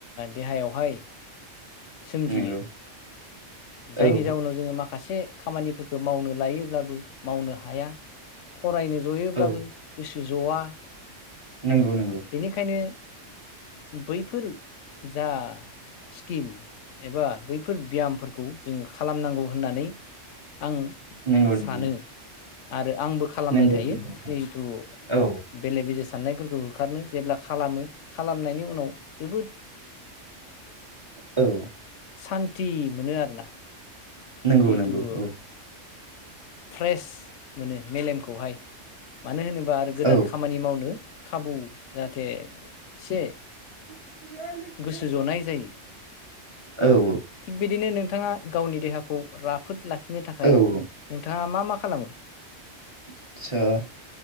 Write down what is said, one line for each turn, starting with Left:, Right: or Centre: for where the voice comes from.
Left: देहायावहाय सोमजियो
Right: नंगौ
Left: जायनि
Right: औ
Left: जाउनाव जोङो माखासे खामानिफोरखौ मावनो लायोब्लाबो मावनो हाया फरायनो जयोब्लाबो
Right: औ
Left: गोसो ज'आ
Right: नंगौ नंगौ।
Left: बेनिखायनो बैफोर जा स्किल एबा बैफोर ब्यामफोरखौ जोङो खालामनांगौ होननानै आं
Right: नंगौ
Left: सानो
Right: नंगौ
Left: आरो आंबो। खालामबाय
Right: नंगौ
Left: थायो
Right: नंगौ नोंथां
Left: जिहेथु।
Right: औ
Left: बेले बेजे साननायफोरखौ होखारनो जेब्ला खालामो खालामनायनि उनाव जोबोद।
Right: औ
Left: सान्ति मोनो आरोना
Right: नोंगौ
Left: जिहेथु
Right: नोंगौ औ।
Left: फ्रेस मोनो मेलेमखौहाय मानो होनोबा आरो गोदान
Right: औ
Left: खामानि मावनो। खाबु जाहाथे एसे।
Right: <unintelligible>
Left: गोसो जनाय जायो
Right: औ औ
Left: थिग बिदिनो नोंथाङा गावनि देहाखौ राफोद लाखिनो थाखाय
Right: औ
Left: नोंथाङा मा मा खालामो?
Right: <unintelligible>